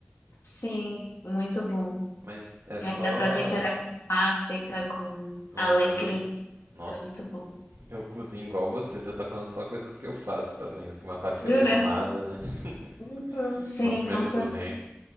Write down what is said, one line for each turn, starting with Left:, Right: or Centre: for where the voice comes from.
Left: Sim, muito bom.
Right: Mas é só.
Left: Aí dá pra temperar com páprica, com
Right: Aham.
Left: alecrim,
Right: Nossa,
Left: fica muito bom.
Right: eu cozinho igual você. Você tá falando só coisas que eu faço também. Assim, uma páprica
Left: Jura?
Right: defumada, né? <laughs>
Left: Uhum. Sim,
Right: Uma pimenta
Left: com certeza.
Right: do reino.